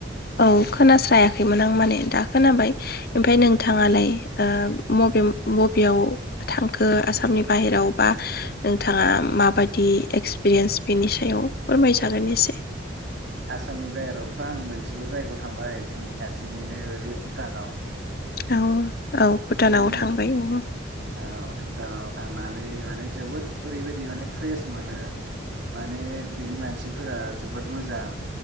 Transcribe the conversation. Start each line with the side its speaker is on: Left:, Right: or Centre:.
Left: औ खोनास्रायाखैमोन आं माने दा खोनाबाय। ओमफ्राय नोंथाङालाय
Right: उम
Left: ओ मबे मबेयाव थांखो आसामनि बाहेराव बा नोंथाङा माबायदि एक्सपिरियेन्स बेनि सायाव फोरमायजागोन एसे
Right: आसामनि बाहेरायावथ' आं मोनसेल' जायगायाव थांबाय जोंनि खाथिनिनो बे भुटानाव
Left: औ औ भुटानाव
Right: बे जोंनि
Left: थांबाय औ
Right: औ भुटानाव थांनानै माने जोबोद ओरैबायदि माने फ्रेस मोनो माने बेनि मानसिफोरा जोबोद मोजां।